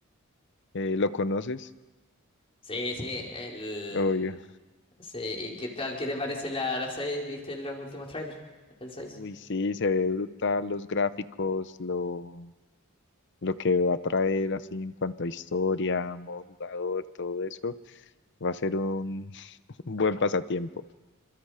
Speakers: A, on the left (about 55°); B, on the left (about 25°).
A: ¿lo conoces?
B: Sí, sí, el...
A: Obvio.
B: Sí, ¿y qué tal? ¿Qué te parece la, la seis? ¿Viste los últimos trailers? El 6.
A: Uy, sí, se ve brutal los gráficos, lo... lo que va a traer así en cuanto a historia, modo jugador, todo eso, va a ser un <laughs> un buen pasatiempo.